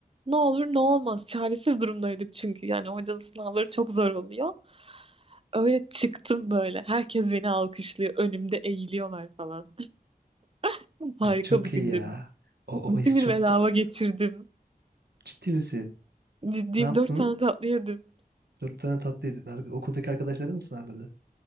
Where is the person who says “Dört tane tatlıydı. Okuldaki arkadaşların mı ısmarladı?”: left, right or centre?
Right